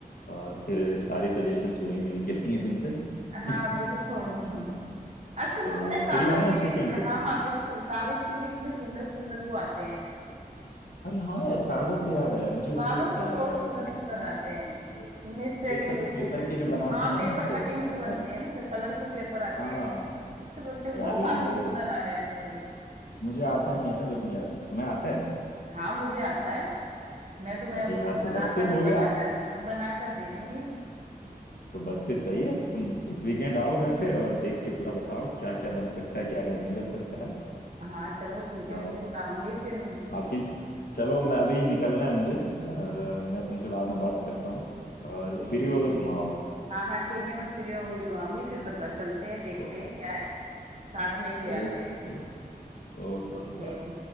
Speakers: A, on the left (about 75°); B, on the right (about 45°).
A: और फिर सारी सजेशंस वही मिल के लेंगे तुमसे <laughs>
B: हाँ
A: है
B: बिल्कुल
A: ना?
B: आजकल
A: तो
B: तो पता है कागज
A: फ्री हो ना
B: के
A: इस वीकेंड
B: भी
A: तुम
B: हाँ हाँ बिल्कुल कागज के भी इतने सुंदर सुंदर वो आते हैं
A: अरे हाँ यार कागज से याद आया मुझे वो
B: कागज
A: जो अ, क्या
B: का बहुत सुंदर सुंदर आते हैं
A: वो
B: तुमने स्टडी
A: पेपर
B: वो
A: पेपर के जो बनाते
B: हाँ
A: हैं ना
B: पेपर
A: उसपे
B: कटिंग
A: बहुत
B: से बनते
A: सारे
B: हैं ना जो कलरफुल पेपर आते
A: हाँ
B: हैं
A: हाँ,
B: उससे बनते हैं
A: यार
B: वो
A: लेकिन
B: काफी
A: वो
B: सुंदर आ रहे हैं आजकल
A: मुझे आता नहीं है ना लेकिन यार तुम्हें आता है
B: हाँ मुझे आता है मैं तुम्हें
A: अरे यार
B: बनाकर
A: तो बस फिर हो
B: बनाकर
A: गया
B: बनाकर दे दूंगी
A: तो बस फिर सही है तुम इस वीकेंड आओ घर पे और देख के पूरा बताओ क्या क्या बन सकता है क्या क्या नहीं बन सकता है
B: हाँ चलो ठीक
A: अ,
B: है बिल्कुल आऊंगी फिर
A: बाकी चलो मैं अभी निकलना है मुझे अ, मैं तुमसे बाद में बात करता हूँ और
B: ठीक
A: फ्री
B: है,
A: हो तो तुम आओ
B: हाँ हाँ ठीक है मैं फ्री होंगी तो आऊंगी फिर बता चलते हैं देखते
A: ओके
B: हैं क्या है, साथ में ही ले
A: Okay
B: आते हैं
A: okay
B: ओके
A: bye